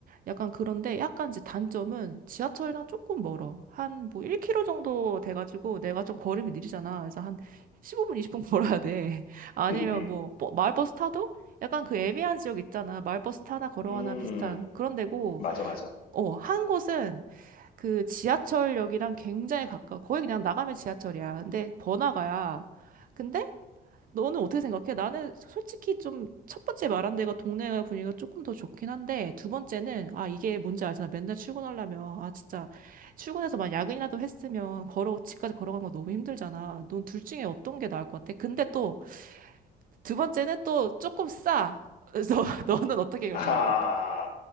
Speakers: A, on the right; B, on the left.
A: 약간 그런데 약간 이제 단점은 지하철이랑 조금 멀어. 한 뭐 1km 정도 돼가지고 내가 좀 걸음이 느리잖아. 그래서 한 15분, 20분 걸어야 돼. 아니면
B: <laughs> 음,
A: 뭐 버- 마을버스 타도 약간 그 애매한 지역 있잖아. 마을버스 타나 걸어가나
B: 음,
A: 비슷한 그런 데고
B: 맞아, 맞아.
A: 어, 한 곳은 그 지하철역이랑 굉장히 가까워. 거의 그냥 나가면 지하철이야. 근데 번화가야. 근데 너는 어떻게 생각해? 나는 솔직히 좀 첫 번째 말한 데가 동네 분위기가 조금 더 좋긴 한데 두 번째는 아 이게 뭔지 알잖아. 맨날 출근하려면 아 진짜 출근해서 막 야근이라도 했으면 걸어 집까지 걸어가는 거 너무 힘들잖아. 넌 둘 중에 어떤 게 나을 것 같아? 근데 또 두 번째는 또 조금 싸. 그래서 <laughs> 너는 어떻게 결정할
B: 아,
A: 것 같아?